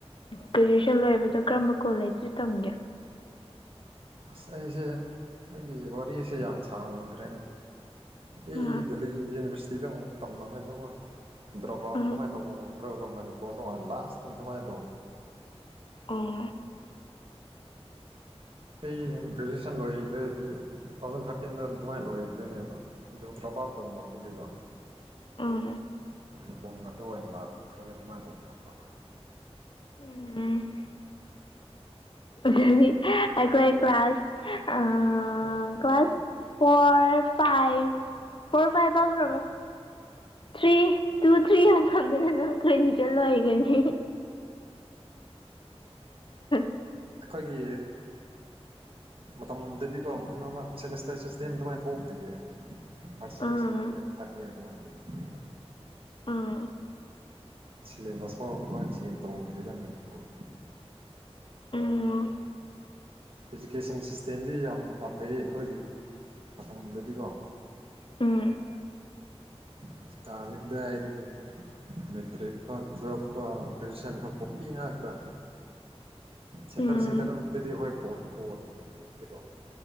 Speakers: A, on the left; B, on the right.
A: ꯒ꯭ꯔꯦꯖꯨꯋꯦꯁꯟ ꯂꯣꯏꯕꯗꯣ ꯀꯔꯝꯕ ꯀꯣꯂꯦꯖꯇ ꯇꯝꯒꯦ
B: ꯑꯁ ꯑꯩꯁꯦ ꯑꯩꯒꯤ ꯋꯥꯔꯤꯁꯦ ꯌꯥꯝ ꯁꯥꯡꯉꯗ꯭ꯔꯦꯅꯦ ꯑꯩ
A: ꯎꯝ
B: ꯗꯜꯂꯤ ꯌꯨꯅꯤꯚꯔꯁꯤꯇꯤꯗ ꯇꯝꯅꯥꯃꯦꯟꯇ ꯗ꯭ꯔꯕꯞ
A: ꯎꯝ
B: ꯗꯃꯥꯏꯅ ꯇꯧꯕꯣ ꯀ ꯃꯅꯤꯄꯨꯔ ꯇꯂ ꯑꯁꯦꯟꯗꯨ ꯃꯥꯥꯏ ꯇꯦ
A: ꯑꯣ
B: ꯑꯩ ꯒ꯭ꯔꯦꯖꯨꯑꯦꯁꯟ ꯂꯣꯏꯗꯣꯏꯗꯤ ꯇꯨ ꯊꯥꯎꯖꯟ ꯊꯥꯔꯇꯤꯟꯗ ꯑꯗꯨꯝ ꯑꯗꯨꯃꯥꯏꯅ ꯂꯣꯏꯗꯣꯏꯅꯦꯕ ꯑꯣ ꯗ꯭ꯔꯣꯞ ꯑꯥꯎꯠ ꯇꯧꯅꯈꯒꯤꯀꯣ
A: ꯎꯝ
B: ꯃꯅꯤꯄꯨꯔꯛꯇ ꯑꯣꯏꯅ ꯂꯥꯛꯄꯈ꯭ꯔꯒ ꯑꯗꯨꯃꯥꯏꯅ ꯇꯧꯕ ꯈꯈ꯭ꯔꯕ
A: ꯎꯝ ꯎꯝ
B: <unintelligible>
A: ꯑꯩꯈꯣꯏ ꯀ ꯀ꯭ꯂ ꯀ꯭ꯂꯥꯁ ꯑ ꯀ class four five four five ꯇꯁꯨꯔꯕꯣ ꯑꯦ ꯇꯨ ꯊ꯭ꯔꯤ ꯌꯥꯝꯥꯟ ꯐꯝꯗꯅ ꯅꯪ ꯀꯣꯏꯗꯤ ꯆꯠꯂꯏꯈꯅꯤ <unintelligible>
B: ꯑꯩꯈꯣꯏꯒꯤ ꯃꯇꯝꯗꯗꯤꯀꯣ ꯀꯩꯅꯣꯃ ꯁꯦꯃꯤꯁꯇꯔ ꯁꯤꯁꯇꯦꯝ ꯑꯗꯨꯃꯥꯏꯅ ꯊꯣꯛꯇ꯭ꯒꯦ first
A: um
B: year second year ꯊꯥꯗ ꯏꯌꯔ ꯑꯗꯨꯃ ꯥꯏ ꯂꯩꯕꯅꯦ ꯕ
A: ꯑꯥ
B: ꯁꯤꯂꯩꯃꯥ ꯁꯣ ꯃꯄꯥꯜ <unintelligible> ꯇꯧꯗꯔꯤꯗꯥ ꯃꯅꯤꯄꯨꯔ
A: ꯎꯝ
B: ꯏꯖꯨꯀꯦꯁꯟ ꯁꯤꯁꯇꯦꯝꯗꯤ ꯌꯥꯝꯅ ꯐꯩ ꯑꯩꯈꯣꯏꯒꯤ ꯃꯇꯝꯗꯗꯤꯀꯣ
A: ꯎꯝ
B: ꯍꯧꯖꯤꯛꯀꯥꯟꯗꯤ ꯀꯗꯥꯏꯗꯒꯤ ꯃꯦꯇꯔꯤꯛ ꯐꯥꯎ ꯇꯋꯤꯜꯞ ꯐꯥꯎ ꯀ꯭ꯔꯤꯁꯟ ꯐꯥꯎ ꯀꯣꯄꯤ ꯉꯥꯛꯇꯥ ꯁꯦꯟꯇꯔ
A: ꯎꯝ
B: ꯁꯦꯟꯊꯔꯗꯗꯤ ꯍꯣꯟꯗꯤ ꯍꯣꯏ ꯄꯣꯟꯗꯤ ꯄꯣꯟꯗꯤꯀꯣ